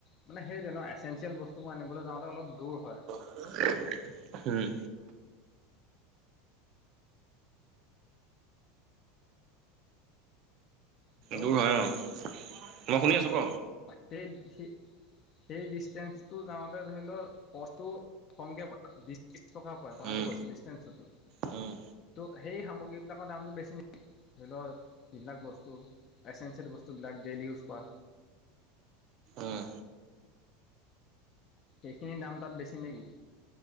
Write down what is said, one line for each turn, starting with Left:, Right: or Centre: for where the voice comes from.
Left: মানে সেইটো ন এচেঞ্চিয়েল বস্তুবোৰ আনিবলৈ যাওঁতে অলপ দূৰ হয়।
Right: <unintelligible> হম।
Left: হেল্ল'
Right: দূৰ হয় অ মই শুনি আছোঁ ক?
Left: সেই স সেই ডিষ্টেঞ্চটো যাওঁতে ধৰি লওক কষ্টটো কমকে বাৰু বিশ ত্ৰিশ টকাৰ পৰে কথাটো
Right: উম
Left: কৈছো ডিষ্টেঞ্চটো।
Right: উম।
Left: ত' সেই সামগ্ৰী বিলাকৰ দামটো বেছি নি ধৰি লওক যিবিলাক বস্তু এচেঞ্চিয়েল বস্তুবিলাক ডেইলি ইউজ কৰা।
Right: উম
Left: সেইখিনিৰ দাম তাত বেছি নেকি?